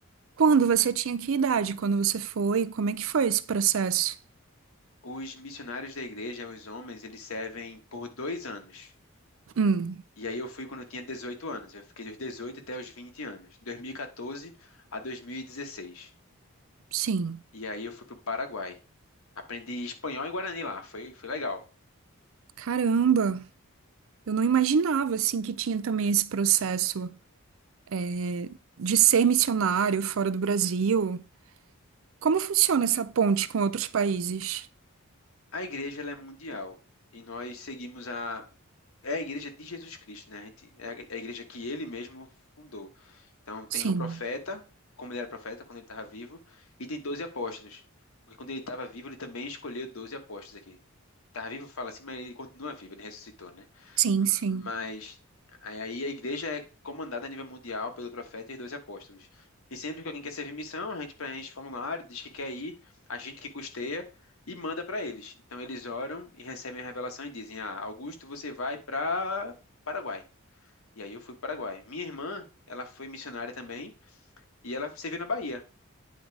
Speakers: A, on the right; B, on the left.
A: Quando você tinha que idade? Quando você foi? Como é que foi esse processo?
B: Os missionários da igreja, os homens, eles servem por dois anos.
A: Hum,
B: E aí eu fui quando eu tinha 18 anos. Eu fiquei dos 18 até os 20 anos, 2014 a 2016.
A: sim.
B: E aí eu fui pro Paraguai. Aprendi espanhol e guarani lá, foi, foi legal.
A: Caramba! Eu não imaginava, assim, que tinha também esse processo é, de ser missionário fora do Brasil. Como funciona essa ponte com outros países?
B: A igreja ela é mundial e nós seguimos a é a igreja de Jesus Cristo, né? A gente, é a é a igreja que ele mesmo fundou. Então tem
A: Sim,
B: o profeta, como ele era profeta quando ele estava vivo, e tem 12 apóstolos. Porque quando ele estava vivo, ele também escolheu 12 apóstolos aqui. Estava vivo, fala assim, mas ele continua vivo, ele ressuscitou, né?
A: sim,
B: M-
A: sim.
B: Mas aí aí a igreja é comandada a nível mundial pelo profeta e os 12 apóstolos. E sempre que alguém quer servir missão, a gente preenche o formulário, diz que quer ir, a gente que custeia e manda para eles. Então eles oram e recebem a revelação e dizem: Ah, Augusto, você vai para Paraguai. E aí eu fui para o Paraguai. Minha irmã, ela foi missionária também e ela serviu na Bahia,